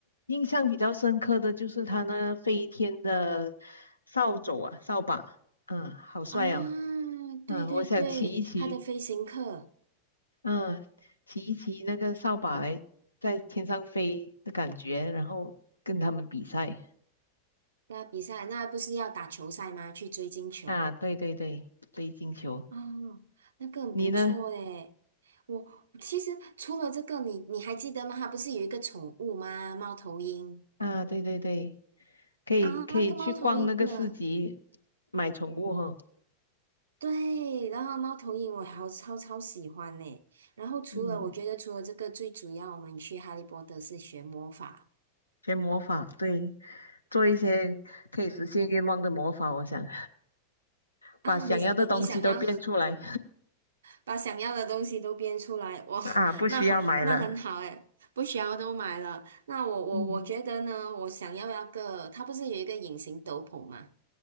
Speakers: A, on the left; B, on the right.
A: 印象比较深刻的就是他那飞天的扫帚啊，扫把，嗯、好帅哦，
B: 啊？
A: 嗯、
B: 对对对，
A: 我想骑一骑，
B: 他的飞行课
A: 嗯、骑一骑那个扫把来在天上飞的感觉，然后跟他们比赛
B: 那比赛，那不是要打球赛吗？去追金球
A: 啊，对对对，追金球。
B: 哦，那个很不错诶。
A: 你呢？
B: 我其实除了这个，你你还记得吗？他不是有一个宠物吗？猫头鹰
A: 啊，对对对，可以可以去逛那个市集
B: 啊，那个猫头鹰呢？
A: 买宠物哈、
B: 对，然后猫头鹰我好超超喜欢呢。然后除了我觉得除了这个，
A: 嗯，
B: 最主要我们去哈利波特是学魔法
A: 学魔法，对，做一些可以实现愿望的魔法，我想把想要的东西都变出来
B: 啊。你你你想要把想要的东西都编出来，哇，
A: 啊，
B: <laughs>
A: 不需要买了。
B: 那那很好诶，不需要都买了。那我我我觉得呢，
A: 嗯，
B: 我想要那个，它不是有一个隐形斗篷吗？